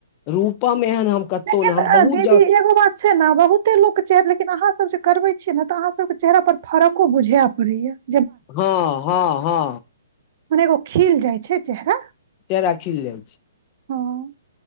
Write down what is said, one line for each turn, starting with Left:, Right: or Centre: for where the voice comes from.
Left: रूपामे एहन हम कतहु
Right: लेकिन
Left: ने, हम
Right: अ,
Left: बहुत
Right: दीदी
Left: जगह
Right: एगो बात छै ने, बहुते लोकके छै, लेकिन अहाँसभ जे करबै छियै ने, तऽ अहाँसभके चेहरापर फरक बुझा पड़ै छै।
Left: हँ हँ हँ
Right: मने एगो खिलि जाइ छै चेहरा।
Left: चेहरा खिलि जाइ छै।
Right: हँ